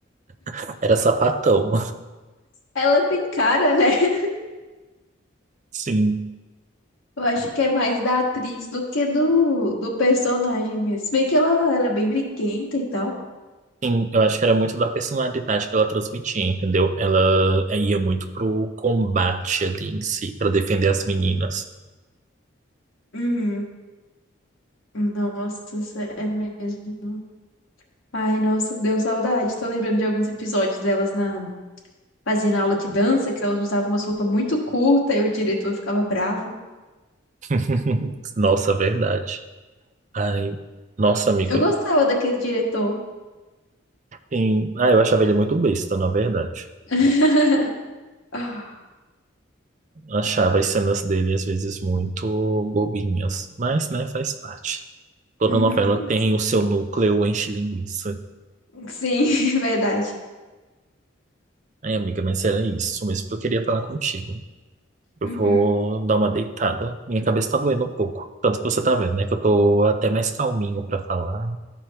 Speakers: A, on the right (about 40°); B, on the left (about 85°).
A: <laughs> era sapatão.
B: Ela tem cara, né? <laughs>
A: Sim.
B: Eu acho que é mais da atriz do que do, do personagem mesmo. Se bem que ela era bem briguenta e tal.
A: Sim, eu acho que era muito da personalidade que ela transmitia, entendeu? Ela eh, ia muito pro combate ali em si, pra defender as meninas.
B: Uhum. Nossa, isso é mesmo. Ai, nossa, deu saudade. Tô lembrando de alguns episódios delas na fazendo aula de dança, que elas usavam umas roupas muito curtas e o diretor ficava bravo.
A: <laughs> Nossa, verdade. Ai, nossa, amiga.
B: Eu gostava daquele diretor.
A: Sim. Ah, eu achava ele muito besta, na verdade.
B: <laughs> Ah,
A: Achava as cenas dele às vezes muito bobinhas, mas, né, faz parte. Toda
B: Uhum,
A: novela tem
B: sim.
A: o seu núcleo enche-linguiça.
B: Sim, <laughs> verdade.
A: Ai, amiga, mas era isso mesmo que eu queria falar contigo. Eu
B: Uhum.
A: vou dar uma deitada. Minha cabeça tá doendo um pouco. Tanto que você tá vendo, né, que eu tô até mais calminho pra falar.